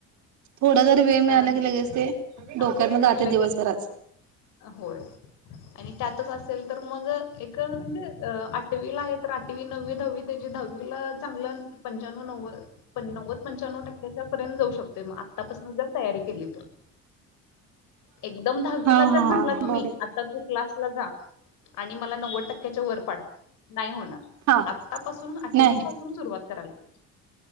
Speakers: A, on the right (about 60°); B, on the left (about 70°).
A: थोडा जरी वेळ मिळाला
B: कारण
A: की लगेच ते डोक्यात
B: हा
A: जाते
B: लगेच
A: दिवसभराात
B: होय आणि त्यातच अस तर मग ण आठवीला आहे तर आठवी नववी दहावी त्या दहावीला चांगलं. पंच्याण्णव नव्व नव्वद पंच्याण्णव टक्क्याच्या पर्यंत जाऊ शकते म आतापासून जर तयारी केली तर एकदम दहावीला
A: हा
B: जर
A: हा
B: म्हटला तुम्ही
A: बरं
B: आता तू क्लास लगा आणि मला नन्वद टक्के <unintelligible> नाही होणार
A: हा.
B: आत्तापासून आठवी
A: नाही
B: पासून सुरुवात करायला पाहिजे